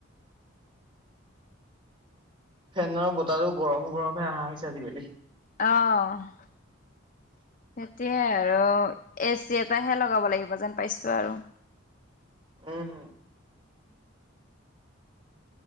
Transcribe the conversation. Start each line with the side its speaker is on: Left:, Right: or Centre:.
Right: ফেনৰ বতাটো গৰম গৰমেহে অহা হৈছে আজিকালি।
Left: অঁহ। সেইটোৱে আৰু এচি এটাহে লগাব লাগিব যেন পাইছো আৰু।
Right: উম